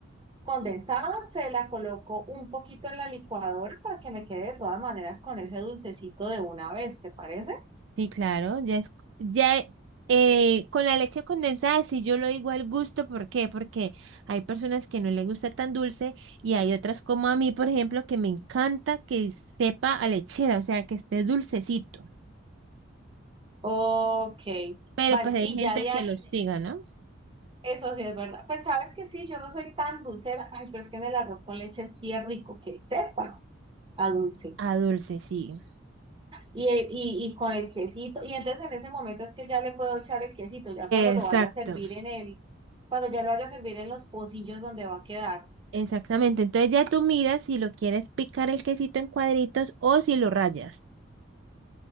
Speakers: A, on the right; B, on the right.
A: condensadas, se la coloco un poquito en la licuadora para que me quede de todas maneras con ese dulcecito de una vez, ¿te parece?
B: Sí, claro, ya es, ya eh, eh, con la leche condensada, sí yo lo digo al gusto, ¿por qué? Porque hay personas que no les gusta tan dulce y hay otras como a mí, por ejemplo, que me encanta que sepa a lechera, o sea, que esté dulcecito.
A: Ok,
B: Pero
A: vale,
B: pues hay
A: y
B: gente
A: ya de
B: que
A: ahí,
B: lo hostiga, ¿no?
A: eso sí es verdad. Pues sabes que sí, yo no soy tan dulcera, ay, pero es que en el arroz con leche sí es rico, que sepa a dulce.
B: A dulce, sí.
A: Y, eh, y, y con el quesito, y entonces en ese momento es que ya le puedo echar el quesito, ya cuando
B: Exacto,
A: lo vaya a servir en el, cuando ya lo vaya a servir en los pocillos donde va a quedar.
B: exactamente. Entonces ya tú miras si lo quieres picar el quesito en cuadritos o si lo rayas.